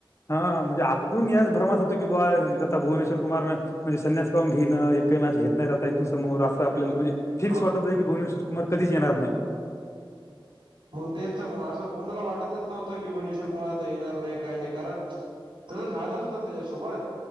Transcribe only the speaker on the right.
हो
मग तेच तर, असं कोणाला वाटतच नव्हतं की भनेश्वर कुमार आता येणार नाही काय नाही, कारण तसं झालंच होतं ना त्याच्यासोबत.